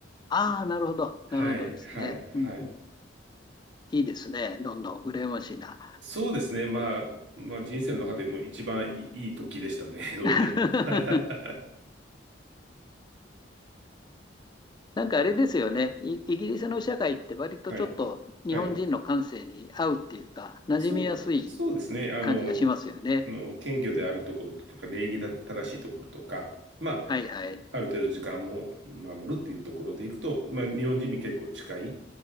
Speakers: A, on the left; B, on the right.
A: ああ、なるほど、
B: はい、
A: なるほどですね。
B: はい、
A: うんうん、
B: はい。
A: いいですね、どんどん羨ましいな。
B: そうですね。まあ、まあ、人生の中でも一番いい、いい時でしたね。<laughs> そういえば。
A: <laughs>
B: <laughs>
A: なんかあれですよね。イ、イギリスの社会って割とちょっと日本人の感性に合うっていうか、
B: はい、はい。
A: 馴染みやすい
B: そう、そうですね。あの、
A: 感じがしますよね。
B: あの、謙虚であるところとか、礼儀正しいところとか、まあ、
A: はいはい。
B: ある程度時間も守るっていうところでいくと、まあ、日本人に結構近い、